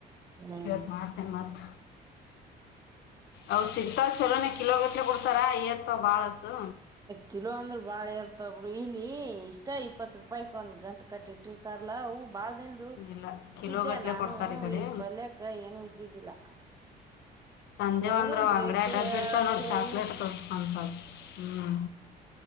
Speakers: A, on the right (about 20°); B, on the left (about 75°).
A: ಹ್ಮ್
B: ಇವತ್ತು ಮಾಡ್ತೀನಿ ಮತ ಅವ ಸಿಗ್ತ ಚಲೋನ ಕಿಲೋ ಗಟ್ಲೆ ಕೊಡ್ತಾರ ಏರ್ತಾವ ಬಾಳಸು.
A: ಕಿಲೋ ಅಂದ್ರೆ ಬಾಳ ಇರ್ತವ ಬುಡು ಇಲ್ಲಿ ಇಷ್ಟ ಇಪ್ಪತ್ ರೂಪಾಯಕ್ ಒಂದ್ ಗಂಟ ಕಟ್ಟಿ ಇಟ್ಟಿರ್ತಾರ. <unintelligible> ಬಾಳದಿಂದ
B: ಇಲ್ಲ
A: ಇಟ್ಟಿದ್ದೆ
B: ಕಿಲೋಗಟ್ಲೆ
A: ನಾನು
B: ಕೊಡ್ತಾರೆ ಈ ಕಡೆ
A: ಈಗ ಪಲ್ಯಕ್ಕ ಏನು ಇದ್ದಿದ್ದಿಲ್ಲ.
B: ಸಂಜೆ
A: ನೋಡುನ್
B: ಒಂದ್ ಅಂಗಡ
A: ರೇಕು
B: <unintelligible>
A: ಹೇಳತ್
B: ಬಿತವೆ ನೋಡ
A: ಹೇಳಿ
B: ಚಾಕ್ಲಟ್ಗಳು ಅಂತ ಹ್ಮ್